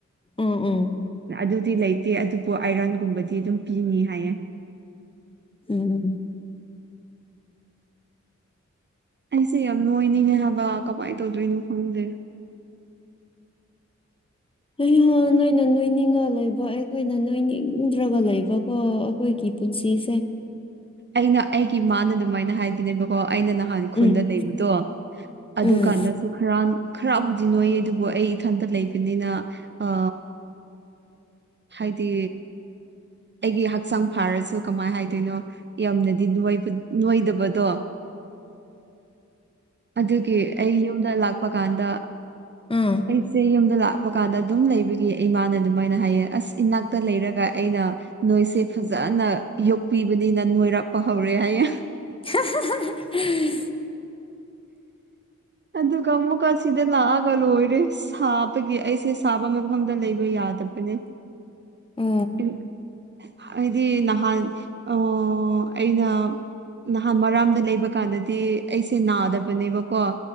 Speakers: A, on the left; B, on the right.
A: ꯎ ꯑꯣ
B: ꯑꯗꯨꯗꯤ ꯂꯩꯇꯦ ꯑꯗꯨꯕꯨ ꯑꯥꯏꯔꯟꯒꯨꯝꯕꯗꯤ ꯑꯗꯨꯝ ꯄꯤꯅꯤ ꯍꯥꯏꯌꯦ
A: ꯎꯝ
B: ꯑꯩꯁꯦ ꯌꯥꯝ ꯅꯨꯡꯉꯥꯏꯅꯤꯡꯉꯦ ꯍꯥꯏꯕ ꯀꯃꯥꯏꯅ ꯇꯧꯗꯣꯏꯅꯣ ꯈꯪꯗꯦ
A: ꯑꯩ ꯅꯣꯏꯅ ꯅꯣꯏꯅꯤꯡꯉ ꯂꯩꯕ ꯑꯩꯈꯣꯏꯅ ꯅꯣꯏꯅꯤꯡꯗ꯭ꯔꯒ ꯂꯩꯕꯀꯣ ꯑꯩꯈꯣꯏꯒꯤ ꯄꯨꯟꯁꯤꯁꯦ
B: ꯑꯩꯅ ꯑꯩꯒꯤꯃꯅ ꯑꯗꯨꯃꯥꯏꯅ ꯍꯥꯏꯗꯣꯏꯅꯦꯕꯀꯣ ꯑꯩꯅ ꯅꯍꯥꯟ
A: ꯎꯝ
B: ꯈꯨꯟꯗ ꯂꯩꯕꯗꯣ
A: ꯎꯝ
B: ꯑꯗꯨ ꯀꯥꯟꯗꯁꯨ ꯈꯔ ꯈꯔꯕꯨꯗꯤ ꯅꯣꯏꯌꯦ ꯑꯗꯨꯕꯨ ꯑꯩ ꯏꯊꯟꯇ ꯂꯩꯕꯅꯤꯅ ꯑ ꯍꯥꯏꯗꯤ ꯑꯩꯒꯤ ꯍꯛꯆꯥꯡ ꯐꯥꯔꯁꯨ ꯀꯃꯥꯏꯅ ꯍꯥꯏꯗꯣꯏꯅꯣ ꯌꯥꯝꯅꯗꯤ ꯅꯣꯏꯗꯕꯗꯣ ꯑꯗꯨꯒꯤ ꯑꯩ ꯌꯨꯝꯗ ꯂꯥꯛꯄ ꯀꯥꯟꯗ
A: ꯑꯥ
B: ꯑꯩꯁꯦ ꯌꯨꯝꯗ ꯂꯥꯛ ꯍꯥꯞꯄ ꯀꯥꯟꯗ ꯑꯗꯨꯝ ꯂꯩꯕꯒꯤ ꯏꯃꯥꯅ ꯑꯗꯨꯃꯥꯏꯅ ꯍꯥꯏꯌꯦ ꯑꯁ ꯏꯅꯥꯛꯇ ꯂꯩꯔꯒ ꯑꯩꯅ ꯅꯣꯏꯁꯦ ꯐꯖꯅ ꯌꯣꯛꯄꯤꯕꯅꯤꯅ ꯅꯣꯏꯔꯥꯛꯄ ꯍꯧꯔꯦ ꯍꯥꯏꯌꯦꯦ
A: <unintelligible>
B: ꯑꯗꯨꯒ ꯑꯃꯨꯛꯀ ꯁꯤꯗ ꯂꯥꯛꯑꯒ ꯂꯣꯏꯔꯦ ꯁꯥꯕꯒꯤ ꯑꯩꯁꯦ ꯁꯥꯕ ꯃꯐꯝꯗ ꯂꯩꯕ ꯌꯥꯗꯕꯥ ꯕꯅꯦ
A: ꯑꯣ
B: ꯑꯩ ꯍꯥꯏꯗꯤ ꯅꯍꯥꯟ ꯑ ꯑꯩꯅ ꯅꯍꯥꯟ ꯃꯔꯥꯝꯗ ꯂꯩꯕ ꯀꯥꯟꯗꯗꯤ ꯑꯩꯁꯦ ꯅꯥꯗꯕꯅꯦꯕꯀꯣ